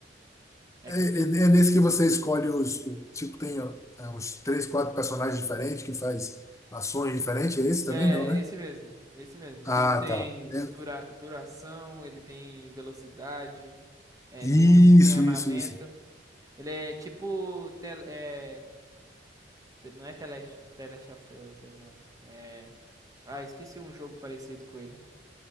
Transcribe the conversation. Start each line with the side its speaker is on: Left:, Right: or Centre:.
Right: É
Left: é,
Right: que
Left: é-
Right: o que
Left: é nesse que você escolhe os, o- tipo, tem ó, é, uns três, quatro personagens diferentes que faz ações diferentes. É esse
Right: É,
Left: também não, né?
Right: esse mesmo. Esse mesmo.
Left: Ah,
Right: Que ele tem
Left: tá. É-
Right: dura... duração, ele tem velocidade, é,
Left: isso,
Right: tem uns que tem armamento.
Left: isso, isso.
Right: Ele é tipo. Tel... É... te- Não é tele Last The Last of Us, é, mano. É. Ah, esqueci um jogo parecido com ele.